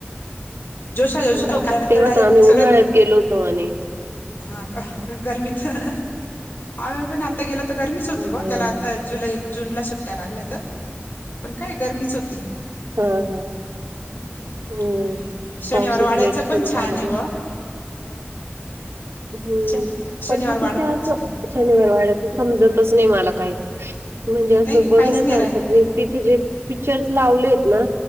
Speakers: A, on the left (about 55°); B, on the right (about 80°).
A: जोशा जोश
B: हं.
A: संल्यानंतर
B: तेव्हा
A: डायरेक्ट
B: तर आम्ही
A: सगळे
B: उन्हाळ्यात गेलो होतो म्हणे.
A: हा का गर्मीत आम्ही पण आता गेल तर गरमीच होती
B: हं.
A: आता जुलै जूनला सुट्ट्या लागल्या तर पण काय गरमीच होती.
B: हा हा
A: हम्म
B: हम्म
A: आणि शनिवार
B: पाऊसच
A: वाड्याचं
B: लेट सुरू
A: पण
B: झाला
A: छान आहे
B: ना.
A: ब
B: हम्म
A: शनि शनिवार
B: पण मग
A: वाडा
B: तीथं
A: पण
B: असं
A: छान आहे
B: शनिवार वाड्याच समजतच नाही मला काही. म्हणजे असं
A: नाही
B: बघण्यासारख
A: काहीच नाही राहिल
B: ज तिथे जे पिक्चर्स लावलेत ना.